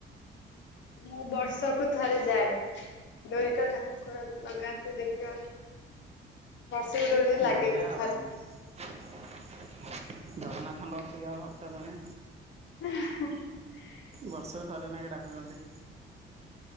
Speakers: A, on the left (about 70°); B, on the right (about 35°).
A: ମୁଁ ବର୍ଷକୁ ଥରେ ଯାଏ। ଦୁଇଟା ଠାକୁର ନଗାନ୍ତି ଦେଖିବା। ବର୍ଷକୁ ଡୋରୀ ଲାଗେ
B: ବଢ଼ିଆ
A: ଗୋ
B: ଆଉ
A: ଥରେ।
B: ଜଗନ୍ନାଥଙ୍କ ପ୍ରିୟ ଭକ୍ତ ତମେ।
A: <unintelligible>
B: ବର୍ଷକୁ ଥରେ ନଖେ ଡାକୁଛନ୍ତି।